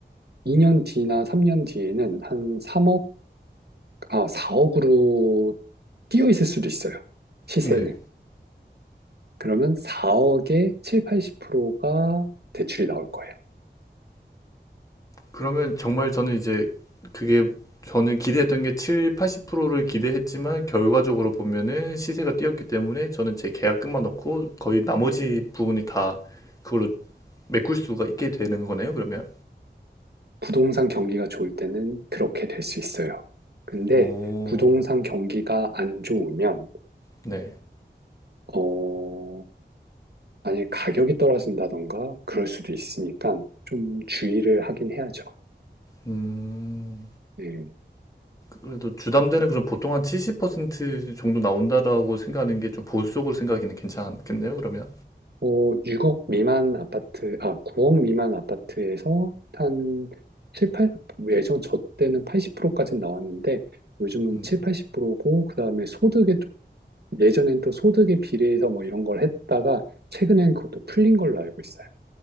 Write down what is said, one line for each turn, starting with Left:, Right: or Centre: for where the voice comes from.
Right: 2년 뒤나 3년 뒤에는 한 3억, 아, 4억으로 뛰어 있을 수도 있어요. 시세는.
Left: 네.
Right: 그러면 4억에 7, 80%가 대출이 나올 거예요.
Left: 그러면 정말 저는 이제 그게 저는 기대했던 게 7, 80%를 기대했지만 결과적으로 보면은 시세가 뛰었기 때문에 저는 제 계약금만 넣고 거의 나머지 부분이 다 그걸로 메꿀 수가 있게 되는 거네요, 그러면?
Right: 부동산 경기가 좋을 때는 그렇게 될 수 있어요. 근데
Left: 오,
Right: 부동산 경기가 안 좋으면,
Left: 네.
Right: 어... 만약에 가격이 떨어진다던가 그럴 수도 있으니까 좀 주의를 하긴 해야죠.
Left: 음,
Right: 네.
Left: 그래도 주담대는 그럼 보통 한 70% 정도 나온다라고 생각하는 게 좀 보수적으로 생각하기는 괜찮겠네요, 그러면?
Right: 뭐 6억 미만 아파트, 아, 9억 미만 아파트에서 한 7, 8, 예전 저 때는 80%까지 나왔는데 요즘은
Left: 음,
Right: 7, 80%고 그다음에 소득에 좀 예전엔 또 소득에 비례해서 뭐 이런 걸 했다가 최근엔 그것도 풀린 걸로 알고 있어요.